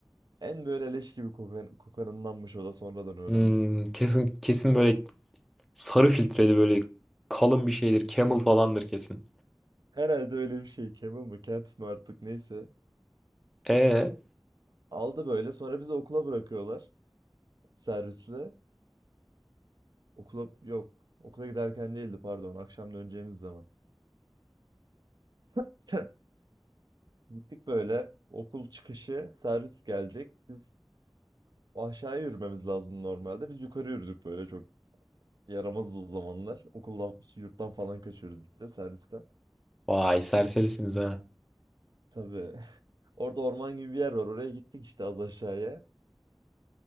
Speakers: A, on the right; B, in the centre.
A: en böyle leş gibi kokan, kokanındanmış o da sonradan öğrendim.
B: Hmm, kesin kesin böyle Sarı filtreli böyle kalın bir şeydir. Camel falandır kesin.
A: Herhalde öyle bir şey Camel mı Kent mi artık neyse.
B: E
A: Aldı böyle sonra bizi okula bırakıyorlar servisle. Okula yok okula giderken değildi pardon akşam döneceğimiz zaman. <laughs> Gittik böyle okul çıkışı servis gelecek. Biz aşağıya yürümemiz lazım normalde. Biz yukarı yürüdük böyle çok Yaramazdı o zamanlar. Okuldan, yurttan falan kaçıyoruz işte servisten.
B: vay serserisiniz ha.
A: Tabii. <laughs> Orada orman gibi bir yer var. Oraya gittik işte az aşağıya.